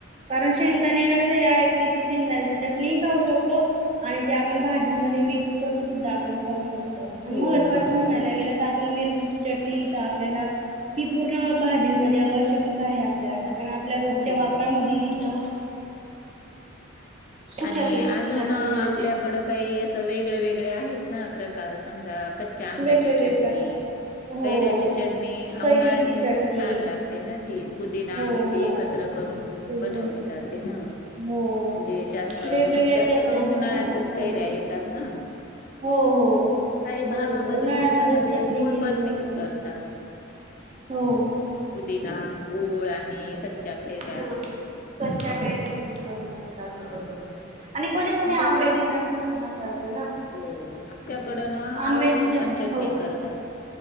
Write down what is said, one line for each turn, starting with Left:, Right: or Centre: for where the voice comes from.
Right: कारण शेंगदाणे असे आहेत की, ती शेंगदाण्याची चटणीही खाऊ शकतो आणि ते आपण भाजीमध्ये मिक्स करून सुद्धा आपण खाऊ शकतो. आणि
Left: हो
Right: महत्त्वाचं
Left: बरोबर
Right: म्हणायला
Left: आहे.
Right: गेलं तर आपण मीर रचि चटणी इथं आपल्याला ती पूर्ण भाजी मध्ये आवश्यक आहे आपल्याला टाका
Left: हो
Right: च्या वापरामधी त सुक्या
Left: आणि
Right: मिरचीची
Left: अजून
Right: चटणी
Left: आपल्याकडं
Right: देते
Left: काही असं वेगळे वेगळे वेगळे आहेत ना प्रकार समजा कच्च्या आंब्याची
Right: वेगवेगळे
Left: चटणी
Right: प्रकार हो
Left: कैऱ्याची चटणी,
Right: कैरीची
Left: उन्हाळ्यात तर
Right: चटणी
Left: खूप छान लागते ना, ती पुदिना
Right: हो
Left: आणि ते
Right: हो
Left: एकत्र करून
Right: पुदिना
Left: बनवली जाते ना.
Right: हो.
Left: म्हणजे जास्त जास्त
Right: वेगवेगळ्या चटण्या
Left: करून
Right: असतात
Left: उन्हाळ्यातच
Right: हे ना
Left: कैऱ्या
Right: हो
Left: येतात ना
Right: हो हो
Left: काही भागामध्ये
Right: बरोबर उन्हाळ्यामध्येच
Left: त्याच्यामध्ये
Right: चटणी
Left: गुळ
Right: केली
Left: पण
Right: जाते
Left: मिक्स
Right: ना
Left: करतात.
Right: हो.
Left: पुदिना, गुळ आणि कैऱ्या
Right: गुळ, कच्चा कैऱ्या मिक्स करून करतात. बरोबर.
Left: आ,
Right: आणि कोणी कोणी
Left: आमच्याकडं
Right: आंब्याची चटणी सुद्धा करते ना.
Left: हो, अक्क्याकडन आवळ्याची
Right: आंब्याची
Left: पण चटणी
Right: हो.
Left: करतात.